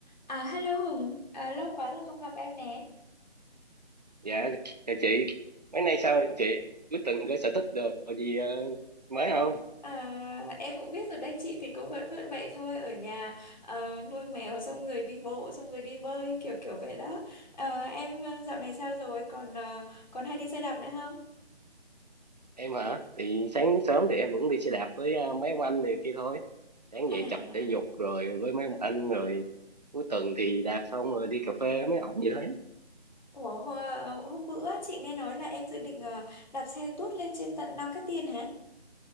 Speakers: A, on the left; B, on the right.
A: À, hello Hùng, à, lâu quá rồi không gặp em nè.
B: dạ chào chị mấy nay sao rồi chị cuối tuần có sở thích đồ gì ờ, mới không
A: À, em cũng biết rồi đấy, chị thì cũng vẫn vẫn vậy thôi, ở nhà ờ, nuôi mèo xong rồi đi bộ, xong rồi đi bơi, kiểu kiểu vậy đó. À, em ờ, dạo này sao rồi, còn ờ, còn hay đi xe đạp nữa không?
B: em hả thì sáng sớm thì em vẫn đi xe đạp với ờ, mấy ông anh này kia thôi sáng
A: À,
B: dậy tập thể dục rồi với mấy ông anh rồi cuối tuần thì đạp xong rồi đi cà phê với mấy ổng vậy đấy
A: ủa, hôm, hôm bữa chị nghe nói là em dự định ờ, đạp xe tuốt lên trên tận Nam Cát Tiên hả?